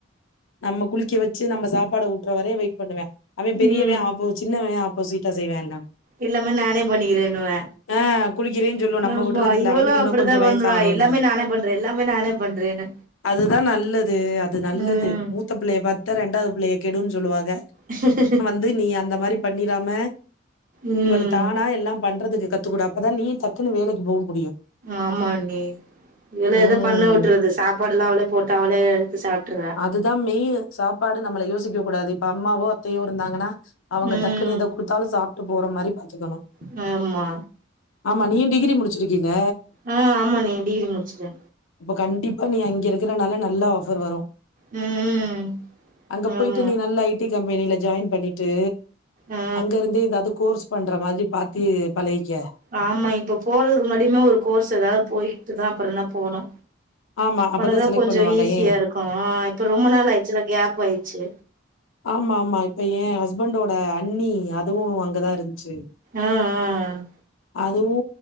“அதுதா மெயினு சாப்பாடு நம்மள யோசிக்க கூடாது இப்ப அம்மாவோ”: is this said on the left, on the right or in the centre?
Left